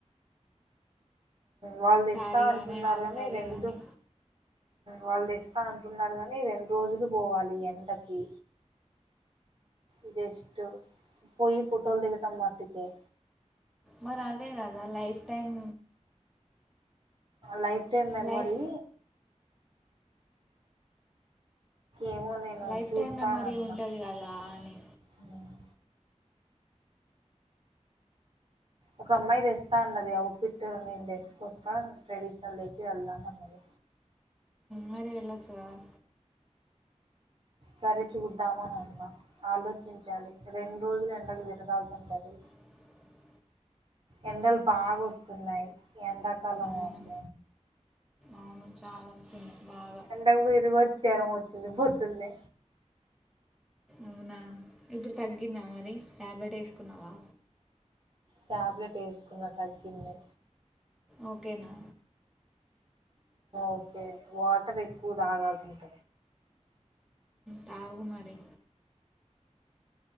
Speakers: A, on the right; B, in the centre.
A: వాళ్ళు
B: శారీ
A: ఇస్తా అంటున్నారు
B: కానీ హాఫ్
A: కనీ
B: శారీ
A: రంటు
B: కానీ
A: వాళ్ళుది ఇస్తా అంటున్నారు కాని రెండు రోజులు పోవాలి ఎండకి ఇదిష్టటు పోయి ఫుటోలదు గట మాతుకే
B: మరి అదే కదా life time
A: life time memory
B: life
A: ఏమో నేను
B: లైఫ్
A: చూస్తానన్నా
B: టైమ్ మెమొరీ ఉంటంది కదా అని
A: ఉమ్. ఒక అమ్మాయి తెస్తా అన్నది అవుట్ ఫిట్ నేను డ్రెస్కి వస్తా ట్రెడిషనల్ డకి వెళ్దాం అన్నది
B: మరి వెళ్ళొచ్చుగాద
A: సరి చూద్దామని అన్న ఆలోచించాలి రెండు రోజులు ఎండకు తిరగాలుతుంటది
B: ఆ
A: ఎండలు బాగా వస్తున్నాయి ఎండాకాలం
B: అవును
A: అమ్బ
B: అవును చాలా వస్తుంది బాగా
A: ఎ ఇరుగు వచ్చారు త పొతున్నా
B: అవునా ఇప్పుడు తగ్గిందా మరి టాబ్లెట్ వేసుకున్నావా
A: టాబ్లెట్ వేసుకున్న తగ్గింది
B: ఓకేనా
A: ఓకే వాటర్ ఎక్కువ తాగాలంట
B: తాకుమారి